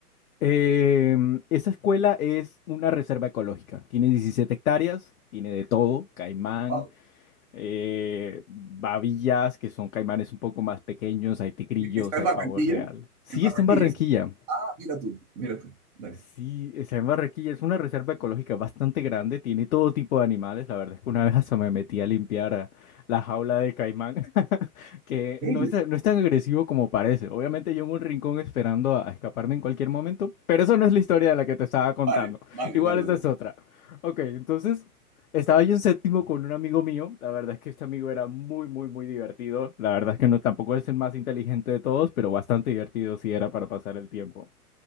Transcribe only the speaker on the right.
Wow.
Está en
Barranquilla,
en Barranquilla.
Ah, mira tú, mira tú, dale.
¿En
serio?
Vale, vale,
vale,
vale.
vale.